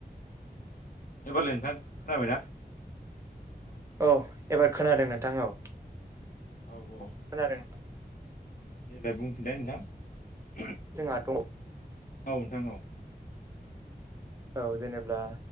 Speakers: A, on the left (about 50°); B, on the right (about 15°).
A: एबारलै नोंथां खोनाबायना?
B: औ एबार खोनादों नोंथां औ खोनादों।
A: औ औ देलाय बुंफिनलाय नोंथां
B: जोंहाथ
A: औ नोंथां औ <inaudible>
B: औ जेनेब्ला